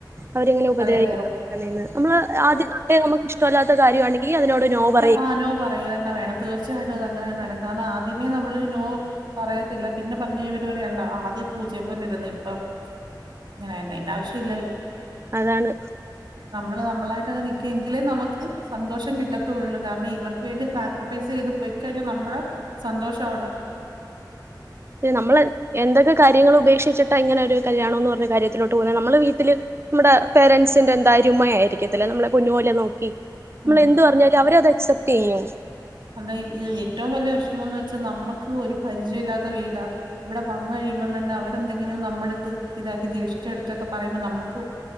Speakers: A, on the right; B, on the right.
A: അവരെങ്ങനെ ഉപദ്രവിക്ക
B: തലേ കയറും
A: <unintelligible> നമ്മള്
B: അപ്പൊ
A: ആദ്യം തൊട്ടേ നമുക്ക് ഇഷ്ട അല്ലാത്ത കാര്യാണെങ്കിൽ അതിനോട് നോ പറയും
B: ആഹ് നോ പറയന്നെ വേണം തീർച്ചയായിട്ടും അത് അങ്ങനെതന്നെ വേണം കാരണം ആദ്യമേ നമ്മള് നോ പറയത്തില്ല പിന്നെ പർഞ്ഞ <unintelligible> <unintelligible> ആദ്യം പൂച്ചയെ പോലെ ഇരുന്ന് ഇപ്പം ഇങ്ങനായി അയിന്റെ ആവശ്യം ഇല്ലല്ലോ.
A: അതാണ്
B: നമ്മള് നമ്മളായിട്ടങ്ങ് നിക്കുങ്കില് നമുക്ക് സന്തോഷം കിട്ട ത്തള്ളൂ കാരണം ഇവർക്ക് വേണ്ടി സാക്രിഫൈസ് ചെയ്ത് പോയി കഴിഞ്ഞാൽ നമ്മള സന്തോഷം അവടെ
A: പിന്നെ നമ്മൾ എന്തൊക്കെ കാര്യങ്ങൾ ഉപേക്ഷിച്ചിട്ടാ ഇങ്ങനെ ഒരു കല്യാണം ന്നു പർഞ്ഞ കാര്യത്തിലോട്ട് പോണേ നമ്മള് വീട്ടില് നമ്മടെ പേരന്റ്സിന്റെ എന്തായരുമ്മയായിരിക്കത്തില്ലേ നമ്മളെ പൊന്നു പോലെ നോ നമ്മൾ
B: ഉം
A: എന്ത് പറഞ്ഞാലും അവര് അത് അക്സെപ്റ്റ് യ്യും.
B: അതാ ഏറ്റവും വല്ല്യ വെഷമംന്ന് വെച്ചാ നമ്മക്ക് ഒരു പരിചയവും ഇല്ലാത്ത വീടാ. ഇവടെ വന്ന് കഴിയുമ്പം തന്നെ അവരെന്തെങ്കിലും നമ്മുടെടുത്ത് ഇതാക്കി ദേഷിച്ചെടുത്തൊക്കെ പറയുമ്പോ നമ്മക്ക്